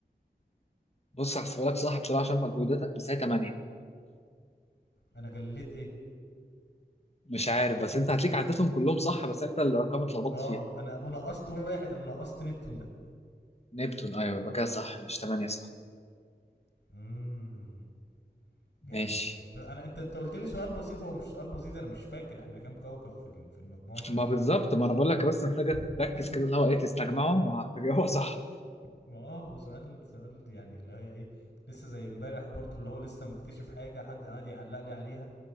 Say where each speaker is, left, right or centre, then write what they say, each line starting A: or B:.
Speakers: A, on the left (about 35°); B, on the left (about 70°).
A: بص هحسبها لك صح بصراحه عشان مجهوداتك بس هي 8
B: انا جليت ايه
A: مش عارف بس انت هتليك عدتهم كلهم صح بس انت الارقام اتلخبطت
B: اه
A: فيها
B: انا ونقصت واحد انا نقصت نبتون ده
A: نبتون ايوه يبقى كده صح مش 8 صح
B: امم جامد
A: ماشي
B: ماشي بس انا انت انت قلت لي سؤال بسيط هو مش سؤال بسيط انا مش فاكر احنا كام كوكب في ال- في المجموعة الشمسية
A: ما بالظبط ما انا بقول لك بس محتاجه
B: <laughs>
A: تركز كده اللي هو ايه تستجمعهم وهتجاوبها صح
B: <applause> ما اه هو سؤال سؤال يعني اللي هي ايه لسه زي امبارح برضو اللي هو لسه مكتشف حاجة حد قاعد يعلق لي عليها